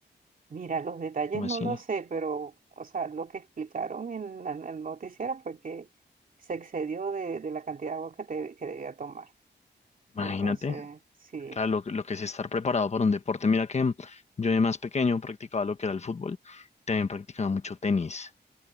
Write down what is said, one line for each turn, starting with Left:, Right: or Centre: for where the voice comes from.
Right: Mira, los detalles
Left: o
Right: no
Left: así,
Right: lo sé, pero, o sea, lo que explicaron en la- en el noticiero fue que se excedió de, de la cantidad de agua que, te- que debía tomar. Entonces,
Left: imagínate.
Right: sí,
Left: Claro, lo, que- lo que es estar preparado para un deporte. Mira que yo de más pequeño practicaba lo que era el fútbol, también practicaba mucho tenis.